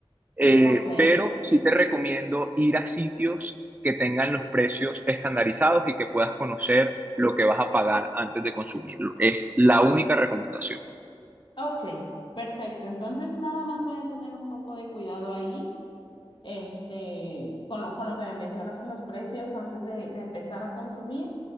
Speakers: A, on the right; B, on the left.
A: eh,
B: ok.
A: pero sí te recomiendo ir a sitios que tengan los precios estandarizados y que puedas conocer lo que vas a pagar antes de consumirlo. Es la única recomendación.
B: Ok, perfecto. Entonces, nada más voy a tener un poco de cuidado ahí, este, con lo, con lo que me mencionas en los precios antes de, de empezar a consumir.